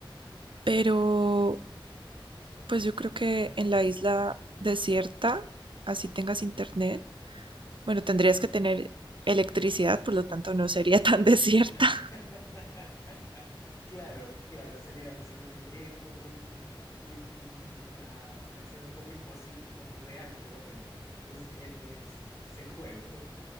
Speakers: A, on the right; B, on the left.
A: pero Pues yo creo que en la isla desierta, así tengas internet, bueno, tendrías que tener electricidad, por lo tanto no sería tan <laughs> desierta.
B: <laughs> Claro, claro, sería, sería un- es como un, un- un- una, una escena un poco imposible, un poco irreal, pero bueno, es, el- es, es el juego,